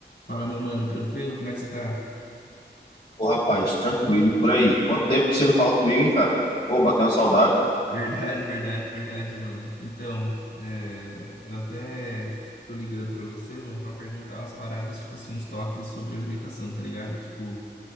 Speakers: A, on the left; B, on the left.
A: Fala, meu mano, tranquilo? Como é que você tá?
B: Ô, rapaz, tranquilo e por aí. Quanto tempo que você não fala comigo, hein, cara? Pô, bateu uma saudade.
A: Verdade, verdade, verdade, mano. Então, é, eu até tô ligando pra você, mano, pra perguntar umas paradas, tipo assim, uns toques sobre alimentação, tá ligado? Tipo,